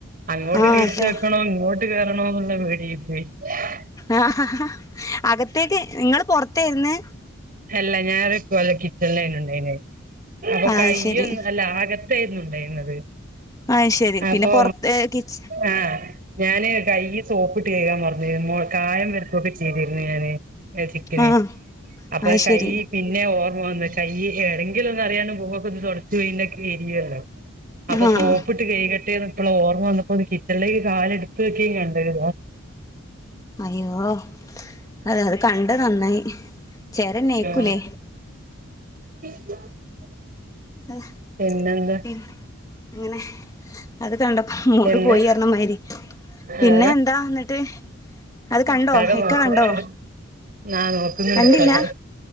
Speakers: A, on the right (about 45°); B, on the left (about 15°).
A: അങ്ങോട്ട്
B: ആഹ്
A: തിരിച്ച്
B: അതെ
A: വെക്കണോ ഇങ്ങോട്ട് കേർ <unintelligible>
B: ആഹ അകത്തേക്ക് നിങ്ങള്പുറ അകത്താ രന്ന്
A: അല്ല ഞാറ് വല്ല കിച്ചൺലേയ്ര്ന്ന്ണ്ടായിരുന്ന് അപ്പൊ
B: അത്
A: കയ്യൊന്ന്
B: ശരി
A: അല്ല അകത്ത് പ്പയിരുന്നുണ്ടായിുന്നത്
B: അത് ശരി
A: അപ്പൊ
B: പിന്നെ പൊറത്ത് കിച്ച്
A: ആഹ ഞാന് കയ്യ് സോപ്പിട്ട് തെയ്യമാർ ദേവിമോൾ കായം വെറുക്കുക്കെ ചെയ്തി ന്ന്ങ്ങനെ ഏ ചിക്കന്
B: ആഹ്
A: പ്പഹ്
B: അത്
A: കൈ
B: ശരി
A: പിന്നെ ഓ ഓർമ്മ വന്ന് കൈ ഏടെങ്കിലൊന്ന് അറിയണ്ട് മുഖൊക്കെ ഒന്ന് തൊടച്ച് വിന്നെ ക്കെ എരിയല്ലോ അപ്പൊ
B: ആഹ്
A: സോപ്പിട്ട് കൈകട്ടെന്ന് ഇപ്പള ഓ <unintelligible> വന്നപ്പോത് കിച്ചൺലേക്ക് കാല് എടുത്ത് വെക്കേ കണ്ടര്
B: അയ്യോ അതെ അത് കണ്ട നന്നായി ചേര നേക്കൂലേ
A: ആഹ് <unintelligible>
B: അഹ്
A: പിന്നെന്താ
B: ഇ അങ്ങനെ അത് കണ്ടപ്പോ മൂട്
A: എന്ത്
B: പോയി പറഞ്ഞമാതിരി
A: ആ
B: പിന്നെ എന്താ എന്നിട്ട് അത് കണ്ടോ
A: ഒട്ടാകെ
B: ഇക്ക
A: നോക്കുന്നേള്ളൂ
B: കണ്ടോ
A: ന്ന നോക്കുന്നുണ്ട്
B: കണ്ടില്ല
A: ഇത്താത